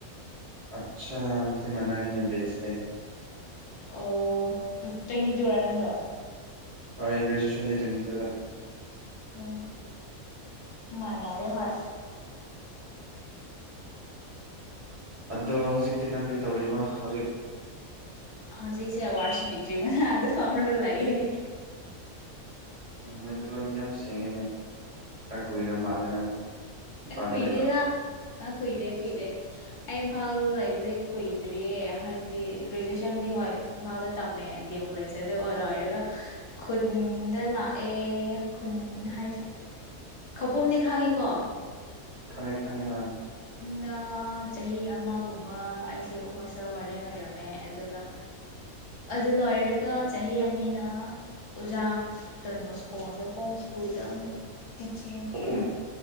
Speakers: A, on the right; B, on the left.
A: ꯑꯆꯥꯥ ꯑꯗꯤ ꯃꯅꯥꯏ ꯅ ꯦꯆꯇ
B: ꯑꯣ ꯇꯒꯤ ꯆ ꯋꯥꯔ ꯅꯡꯁꯨ
A: ꯭ꯔꯦꯖꯨꯌꯦꯦꯁꯟꯗ ꯇ꯭ꯋꯦꯟꯇꯤ ꯇꯨꯗ
B: ꯎꯝ ꯃꯅꯦꯔꯦ ꯍ
A: ꯑꯗꯣ ꯍꯧꯖꯤꯛꯇꯤ ꯅꯪ ꯀꯔꯤ ꯇꯧꯔꯤꯕ ꯍꯧꯖꯤꯛ
B: ꯍꯧꯖꯤꯛꯁꯦ ꯋꯥꯔꯁꯤꯃꯤꯇ꯭ꯔꯤ ꯃꯅ ꯑꯥꯛꯗ ꯐꯔꯒꯜ ꯂꯏꯌꯦ
A: ꯃꯩꯇꯩꯂꯣꯟꯗꯤ ꯌꯥꯝ ꯁꯦꯡꯉꯦꯅꯦ ꯈꯔ ꯀꯨꯏꯔ ꯃꯥꯜꯂꯦ ꯅꯪ ꯃꯄꯥꯗ
B: ꯑ ꯀꯣꯏ
A: ꯂꯩꯕ
B: ꯏꯗꯗ ꯑ ꯀꯨꯏꯗꯦ ꯀꯨꯏꯗꯦ ꯑꯩ ꯏꯝꯐꯥꯜ ꯂꯩꯕꯁꯦ ꯀꯨꯏꯗ꯭ꯔꯤꯌꯦ ꯍꯥꯏꯕꯗꯤ ꯒ꯭ꯔꯦꯖꯨꯋꯦꯁꯟꯗꯤ ꯍꯣꯏ ꯏꯝꯐꯥꯜꯗ ꯇꯝꯃꯦ ꯗꯤ ꯑꯦꯝ ꯀꯣꯂꯦꯖꯇ ꯑꯗꯨ ꯂꯣꯏꯔꯒ ꯈꯨꯟꯗ ꯂꯥꯛꯑꯦ ꯈꯨꯟ ꯍꯥꯏꯔꯤꯁꯦ ꯈꯄꯨꯝꯗꯤ ꯈꯥꯡꯉꯤꯀꯣ
A: ꯈ ꯈꯪꯉꯤ ꯈꯪꯉꯦ
B: ꯅ ꯆꯍꯤ ꯑꯃꯒꯨꯝꯕ ꯑꯩꯁꯦ ꯍꯣꯁꯇꯦꯜ ꯋꯥꯔꯗꯦꯟ ꯑꯣꯏꯔꯝꯃꯦ ꯑꯗꯨꯒ ꯑꯗꯨ ꯂꯣꯏꯔꯒ ꯆꯍꯤ ꯑꯅꯤꯅ ꯑꯣꯖꯥ ꯗꯣꯟꯕ ꯁ꯭ꯀꯣꯡꯗꯣꯀꯣꯡ ꯁ꯭ꯀꯨꯜꯗ ꯑꯃꯨꯛ ꯇꯤꯆꯤꯤꯡꯒꯤ
A: ꯈꯧꯄꯨꯝ